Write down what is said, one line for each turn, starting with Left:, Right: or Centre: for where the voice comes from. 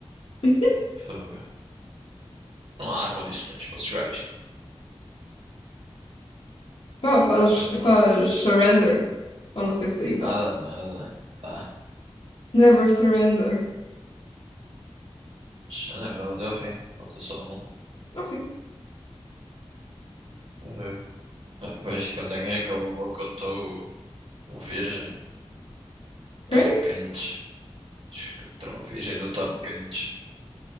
Left: <laughs>
Right: Uh, Não há condições para se jogar isto.
Left: Pá, faz,
Right: Mas pronto,
Left: faz surrender. Ou não sei se aí
Right: nada,
Left: dá.
Right: nada. Tá,
Left: Never surrender.
Right: mas agora vou até ao fim. Falta só um.
Left: Ah, sim.
Right: Uh, Depois, conta quem acabou, contou o o Virgem, Tom
Left: Ok.
Right: Kench. Contra o Virgem do Tom Kench.